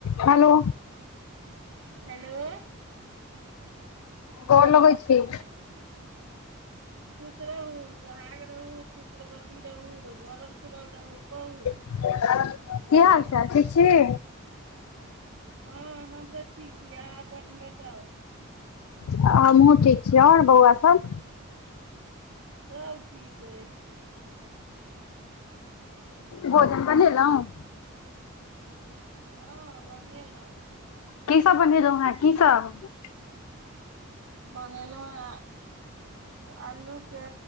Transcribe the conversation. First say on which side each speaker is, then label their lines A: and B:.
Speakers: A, on the left; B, on the right.
A: hello
B: hello
A: गोर लगै छी
B: खुश रहू सोहाग रहू पुत्रवती रहू भरल पुरल रहू कहू
A: की हाल चाल ठीक छी
B: हँ हम तऽ ठीक छी अहाँ अपन बताउ
A: <inaudible> आ हमहु ठीक छी आओर बौआ सब
B: सब ठीक अइ
A: भोजन बनेलेहुँ <inaudible>
B: हँ बनेलौ
A: की सब बनेलौ हैं की सब
B: बनेलौ हैं आलू के